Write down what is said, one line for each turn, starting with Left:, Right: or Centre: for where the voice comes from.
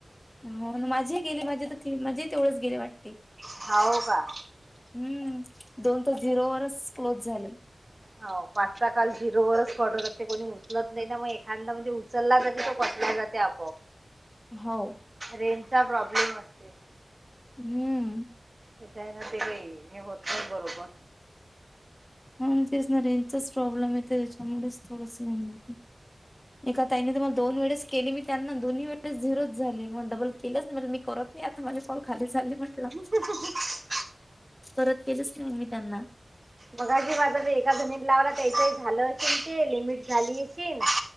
Left: हो माझे गेले माझे तर माझे तेवढच गेले वाटतेय.
Right: हावू का?
Left: हम्म दोन ते झिरो वरच क्लोज झाले.
Right: हो पाचचा काल झिरोस कडरत ते कोणी उचलत नाही ना मग एखादा म्हणजे. चलला जाते तो पटलाय जाते आपोआप.
Left: हो.
Right: रेंज चा प्रॉब्लेम असते.
Left: हम्म.
Right: आहे ना ते काही हे होतय बरोबर.
Left: आणि तेच ना रेचाच प्रॉब्लेम येत त्याच्यामुळेच थोडस होणार. एका ताईने मला दोन वेळेस केली मी त्यांना दोन्ही वेळेस झिरोच झाले म्ह मग डबल केलंच नाही मी करत नाही. माझे कॉल खाली झाली म्हटलं.
Right: ह. <unintelligible>
Left: परत केलंच नाही मग मी त्यांना.
Right: बघा जी माझा एका जमीत लावला त्याचही झालं असल ते लिमिट झाली. अशीन